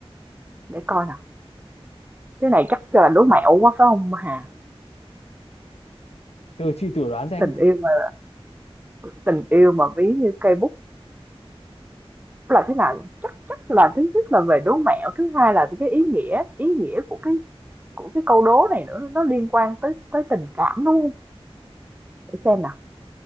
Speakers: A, on the right; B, on the left.
A: Để coi nào. Cái này chắc là đố mẹo quá phải không Hà?
B: từ chị thử đoán xem
A: Tình yêu mà tình yêu mà ví như cây bút Là thế nào nhỉ? Chắc chắc là thứ nhất là về đố mẹo, thứ hai là cái ý nghĩa ý nghĩa của cái của cái câu đố này nữa, nó liên quan tới tới tình cảm, đúng hông? Để xem nào.